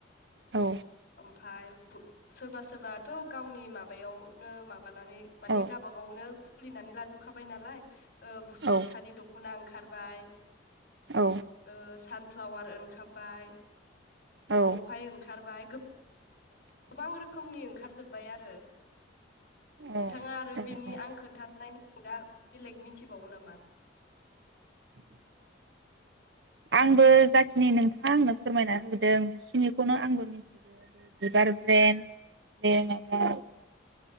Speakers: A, on the right (about 65°); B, on the left (about 65°).
A: औ
B: ओमफ्राय सोरबा सोरबा थ' गावनि माबायावनो माबा माबानानै मानिे
A: औ
B: गावबा गावनो सुलिनानै लाजोबखाबाय नालाय ओ बसुमतारी
A: औ
B: दख'ना ओंखार खारबाय
A: औ
B: ओ सानफ्लावार ओंखारबाय
A: औ
B: लफाय ओंखारबाय गोबां रोखोमनि ओंखार जोब्बाय आरो नोंथाङा
A: औ
B: आरो
A: औ
B: बिनि आं खोन्थानो फ्राय न <inaudible> दा बेलेग मिथिबावो नामा
A: <inaudible> आंबो जाखिनि नोंथाङा आंनो फोरमायना होदों बेखिनिखौनो आंबो मिथियो बे बिबार ब्रेेन दे माबा
B: औ